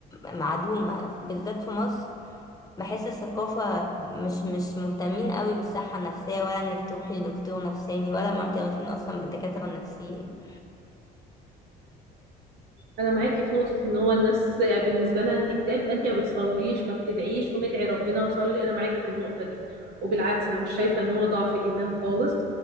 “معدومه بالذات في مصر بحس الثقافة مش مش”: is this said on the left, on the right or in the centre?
Left